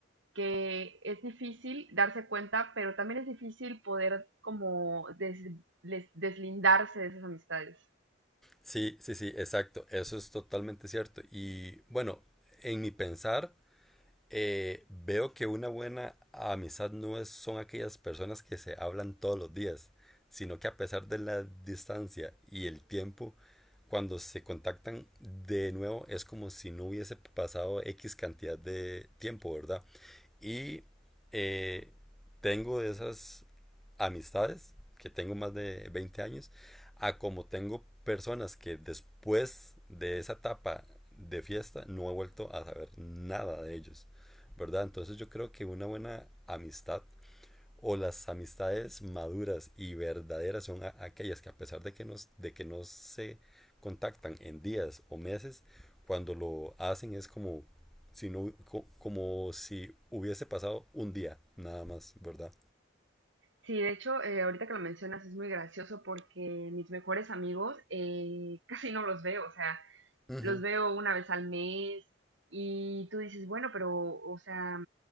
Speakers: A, on the right (about 70°); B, in the centre.
A: que es difícil darse cuenta, pero también es difícil poder como des- les- deslindarse de esas amistades.
B: Sí, sí, sí, exacto. Eso es totalmente cierto. Y bueno, en mi pensar, Eh, veo que una buena amistad no es, son aquellas personas que se hablan todos los días, sino que a pesar de la distancia y el tiempo, cuando se contactan de nuevo es como si no hubiese pasado X cantidad de tiempo, ¿verdad? Y eh, tengo de esas amistades, que tengo más de 20 años, a como tengo personas que después de esa etapa de fiesta no he vuelto a saber nada de ellos, ¿verdad? Entonces yo creo que una buena amistad o las amistades maduras y verdaderas son aquellas que a pesar de que, nos, de que no se contactan en días o meses, cuando lo hacen es como si, no, hu- co- como si hubiese pasado un día nada más, ¿verdad?
A: Sí, de hecho, eh, ahorita que lo mencionas es muy gracioso porque mis mejores amigos eh, <laughs> casi no los veo, o sea,
B: Ujú,
A: los veo una vez al mes y tú dices, bueno, pero, o sea,